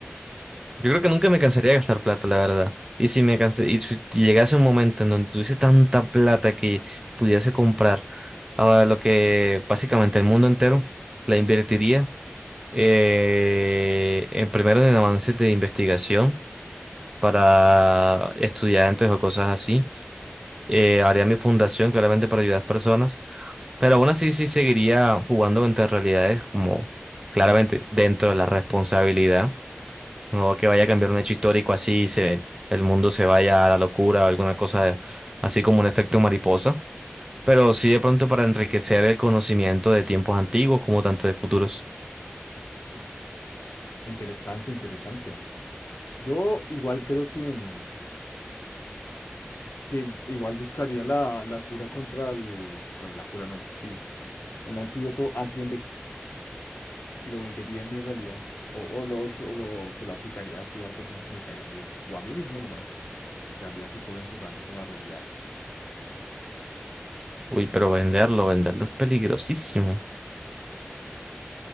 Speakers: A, on the right; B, on the left.
A: yo creo que nunca me cansaría de gastar plata, la verdad. Y si me cansé, y si llegase un momento en donde tuviese tanta plata que pudiese comprar ahora lo que básicamente el mundo entero, la invertiría eh, en primero en avances de investigación para estudiantes o cosas así. Eh, haría mi fundación claramente para ayudar a las personas Pero aún así sí seguiría jugando entre realidades como claramente dentro de la responsabilidad. No que vaya a cambiar un hecho histórico así, y se, el mundo se vaya a la locura o alguna cosa así como un efecto mariposa. Pero sí de pronto para enriquecer el conocimiento de tiempos antiguos como tanto de futuros.
B: Interesante, interesante. Yo igual creo que, mm, que igual buscaría la, la cura contra el, bueno, la cura no, sí, un antídoto anti y lo vendería en mi realidad. O, o, lo, o lo, se lo aplicaría así a personas que me caigan bien. O a mí mismo nomás. Me quedaría así joven jugando con las realidades.
A: Uy, pero venderlo, venderlo es peligrosísimo.